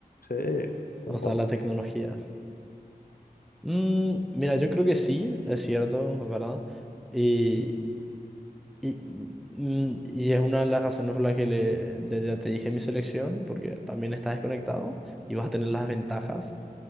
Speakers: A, on the left; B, in the centre.
A: Sí, un
B: o
A: poco.
B: sea, la tecnología. Mm, mira, yo creo que sí, es cierto, es verdad. Y, y, mm, y es una de las razones por las que le, ya ya te dije mi selección, porque también estás desconectado y vas a tener las ventajas